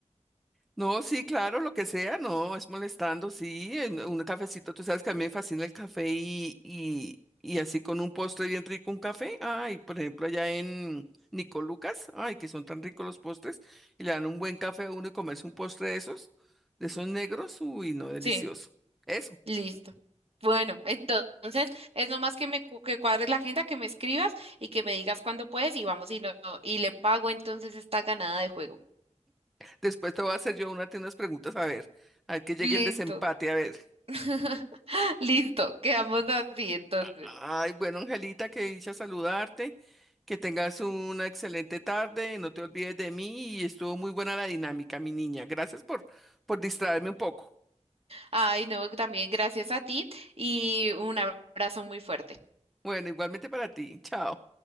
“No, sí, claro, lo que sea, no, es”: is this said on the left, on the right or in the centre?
Centre